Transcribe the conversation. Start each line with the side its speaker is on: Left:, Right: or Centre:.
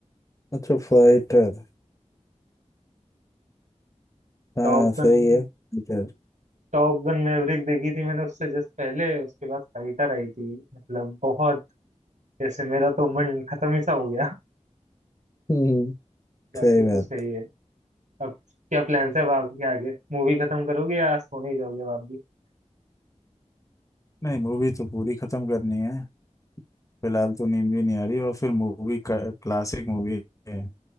Left: अच्छा फाइटर हाँ
Right: Top
Left: सही
Right: gun
Left: है फाइटर
Right: top gun maverick देखी थी मैंने उससे जस्ट पहले उसके बाद फाइटर आई थी मतलब बहुत जैसे मेरा तो मन खत्म ही सा हो गया
Left: हम्म
Right: बाकी
Left: सही
Right: तो
Left: बात
Right: सही है अब क्या प्लान्स है अब आपके आगे मूवी खत्म करोगे या सोने ही जाओगे अब आप भी
Left: नहीं मूवी तो पूरी खत्म करनी है फिलहाल तो नींद भी नहीं आ रही और फिर मूवी क्लासिक मूवी है